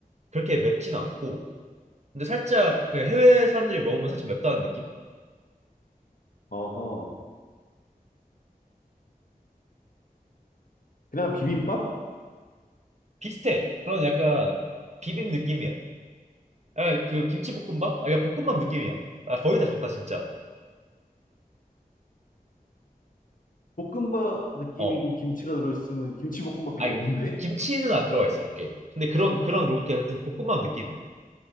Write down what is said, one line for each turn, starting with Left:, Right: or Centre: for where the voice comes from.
Right: 그렇게 맵진 않고, 근데 살짝 그 해외 사람들이 먹으면 살짝 맵다는 느낌?
Left: 어허, 그냥 비빔밥?
Right: 비슷해. 그런 약간 비빔 느낌이야. 아 그 김치볶음밥? 아, 그러니까 볶음밥 느낌이야. 아, 거의 다 좋다 진짜.
Left: 볶음밥 느낌이고
Right: 어,
Left: 김치가 들어있으면 김치볶음밥밖에
Right: 아, 이게
Left: 없는데?
Right: 김치는 안 들어가 있어. 오케이. 근데 그런 그런 로게 하여튼 볶음밥 느낌이야.